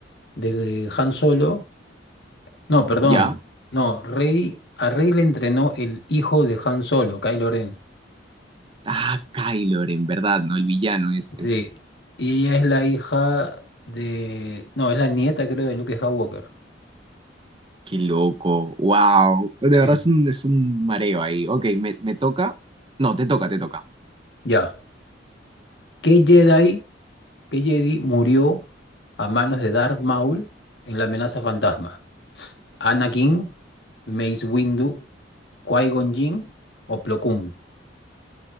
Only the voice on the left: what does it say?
de Han Solo. No, perdón.
No, Rey, a Rey le entrenó el hijo de Han Solo, Kylo Ren.
Sí. Y ella es la hija de. No, es la nieta, creo, de Luke Skywalker.
Sí.
Ya. ¿Qué Jedi? Que Jedi murió a manos de Darth Maul en la amenaza fantasma? ¿Anakin, Mace Windu, Qui-Gon Jinn o Plo Koon?